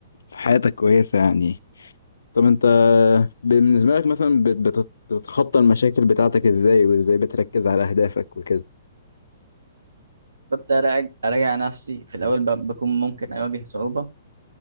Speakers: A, on the left (about 70°); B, on the right (about 75°).
A: في حياتك كويسه يعني طب انت بالنسبه لك مثلا بت- بت- بتتخطى المشاكل بتاعتك ازاي وازاي بتركز على اهدافك وكده
B: ببدأ أراجع أراجع نفسي في الأول ب- بكون ممكن أواجه صعوبة